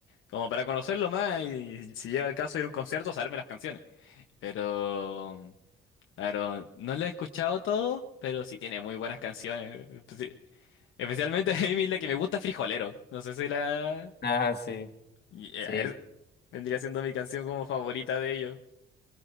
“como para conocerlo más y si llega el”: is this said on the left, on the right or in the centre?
Left